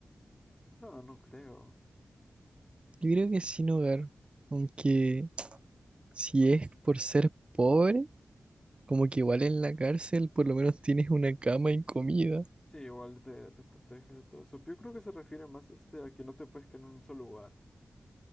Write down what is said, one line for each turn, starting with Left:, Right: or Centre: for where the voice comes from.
Left: No, no creo.
Right: Yo creo que sin hogar. Aunque si
Left: Es que
Right: es por ser pobre, como que igual en la cárcel por lo menos tienes una cama y comida.
Left: sí, igual te, te proteges de todo eso. Yo creo que se refiere más este, a que no te puedes quedar en un solo lugar.